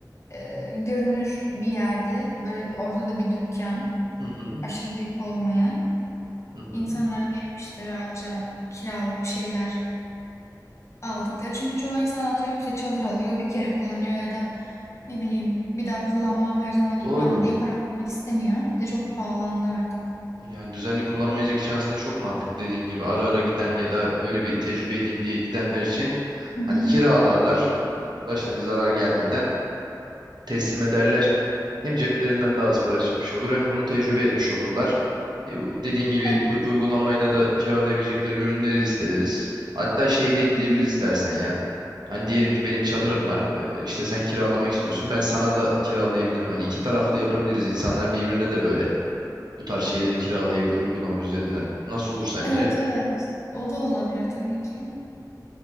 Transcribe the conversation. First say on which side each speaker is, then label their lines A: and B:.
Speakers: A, on the left (about 40°); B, on the right (about 75°).
A: e, görünür bir yerde böyle ortada bir dükkan
B: Hı hı,
A: aşırı büyük olmayan
B: hı hı.
A: insanların gelip işte rahatça kiralık bir şeyler aldıkları. Çünkü çoğu insan atıyorum işte çadır alıyor bir kere kullanıyor ya da ne bileyim bir daha kullanmam her zaman gitmem
B: Doğru.
A: diye para vermek istemiyor. Bir de çok pahalandı artık.
B: Yani düzenli kullanmayacak için aslında çok mantıklı dediğin gibi ara ara giden ya da öyle bir tecrübe edeyim diye gidenler için
A: Hı hı.
B: hani kiralarlar e, başına bir zarar gelmeden teslim ederler. Hem ceplerinden daha az para çıkmış olur hem bunu tecrübe etmiş olurlar. E, u- Dediğim gibi
A: Evet.
B: u- uygulamayla da kiralayabilecekleri ürünleri listeleriz. Hatta şey de ekleyebiliriz
A: Hı hı.
B: istersen ya. Hani diyelim ki benim çadırım var. e, işte sen kiralamak istiyorsun. Ben sana da kiralayabilirim. Hani iki taraflı yapabiliriz. İnsanlar birbirine de böyle bu tarz şeyleri kiralayabilir uygulama üzerinden. Nasıl olur sence?
A: Evet evet. O da olabilir tabii ki.